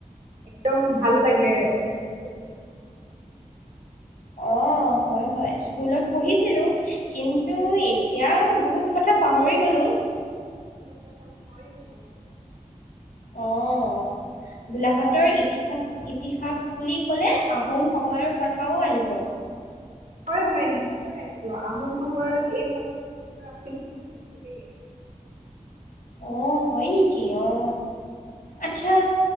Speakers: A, on the right; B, on the left.
A: একদম ভাল লাগে মানে পঢ়ি মেলি।
B: অ হয় হয় স্কুলত পঢ়িছিলো কিন্তু এতিয়া বহুত কথা পাহৰি গলো।
A: চা চা চ হয় নহয়? <unintelligible>
B: অঁ গোলাঘাটৰ ইতিহাস- ইতিহাস বুলি ক'লে আহোম সময়ৰ কথাও আহিব-
A: হয় হয় নিশ্চয় আহিব আহোম সময়ত এইফালৰ গুৰুত্ব আছিল বুলি শুনিছো দেই
B: অহ হয় নেকি অ আচ্ছা